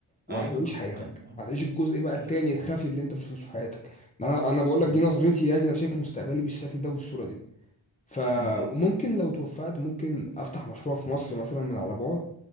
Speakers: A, on the left; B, on the right.
A: وهتعيش
B: ايوه طبعا
A: حياتك
B: ايوه
A: هتعيش الجزء بقى التاني
B: ايوه أيوة، طبعا
A: الخفي اللي انت مش شفتوش في حياتك انا انا بقول
B: طبعا
A: لك دي نظرتي يعني انا شايف مستقبلي بالشكل ده وبالصورة دي ف
B: امم امم
A: وممكن
B: امم
A: لو توفقت ممكن افتح مشروع في مصر مثلا من على بعد